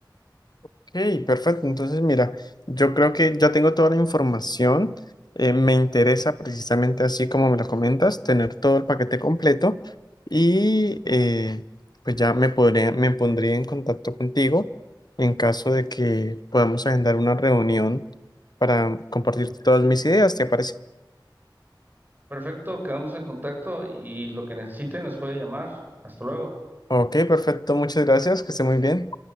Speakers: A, on the left (about 60°); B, on the right (about 25°).
A: Ok, perfecto. Entonces, mira, yo creo que ya tengo toda la información. Eh, me interesa precisamente así como me lo comentas, tener todo el paquete completo y eh, pues ya me podré, me pondría en contacto contigo en caso de que podamos agendar una reunión para compartir todas mis ideas, ¿te parece?
B: Perfecto, quedamos en contacto y lo que necesiten nos puede llamar. Hasta luego.
A: Ok, perfecto. Muchas gracias. Que esté muy bien.